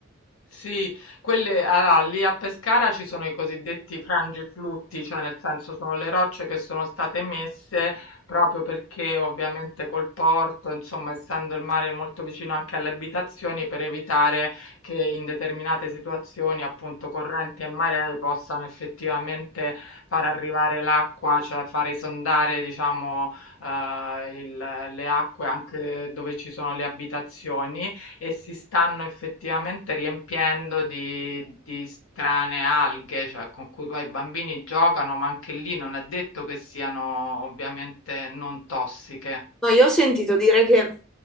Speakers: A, on the left; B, in the centre.
A: Sì, quelle allora, lì a Pescara ci sono i cosiddetti frangiflutti, cioè nel senso sono le rocce che sono state messe proprio perché ovviamente col porto, insomma, essendo il mare molto vicino anche alle abitazioni, per evitare che in determinate situazioni, appunto correnti e maree, possano effettivamente far arrivare l'acqua, cioè far esondare, diciamo, eh, il- le acque anche dove ci sono le abitazioni e si stanno effettivamente riempiendo di, di strane alghe, cioè con cui poi i bambini giocano, ma anche lì non è detto che siano ovviamente non tossiche.
B: No, io ho sentito dire che